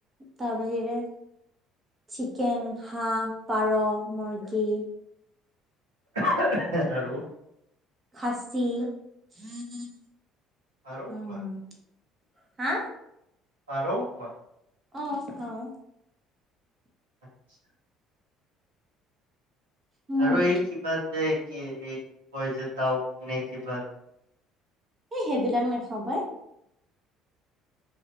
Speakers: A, on the right; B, on the right.
A: তাৰ বাহিৰে চিকেন, হাঁহ, পাৰ, মুৰ্গী।
B: <inaudible> আৰু?
A: খাচী <inaudible>
B: আৰু
A: উম।
B: কোৱা।
A: হা?
B: পাৰও খোৱা?
A: অ', খাওঁ।
B: খোৱা?
A: উম,
B: আৰু এই কিবা যে কি এই কয় যে ডাউক নে কিবা।
A: এ সেইবিলাক নেখাওঁ পাই।